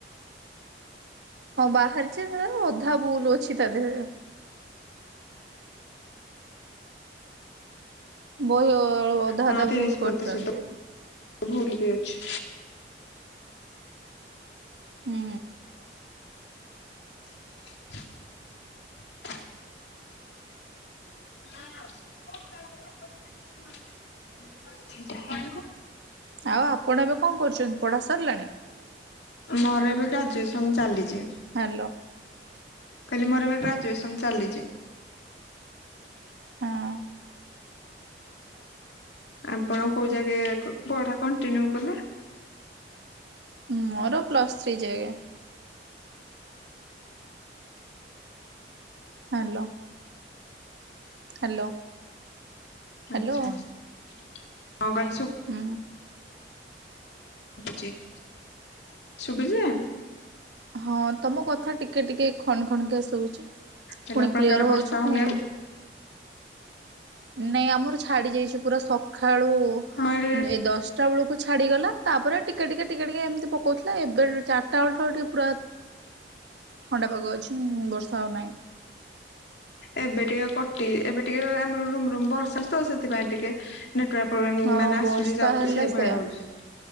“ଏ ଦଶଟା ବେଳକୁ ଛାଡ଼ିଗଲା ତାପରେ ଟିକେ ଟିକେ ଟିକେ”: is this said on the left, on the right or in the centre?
Right